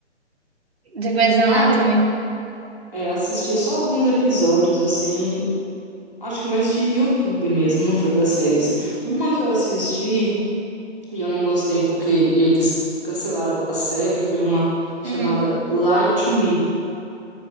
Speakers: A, on the right (about 60°); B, in the centre.
A: de Grey's Anatomy.
B: Ah, é, assisti só alguns episódios, assim. Acho que mais de YouTube mesmo, não foi da série em si. Uma que eu assisti e eu não gostei porque eles cancelaram a série foi uma chamada
A: Hum.
B: Lie to Me.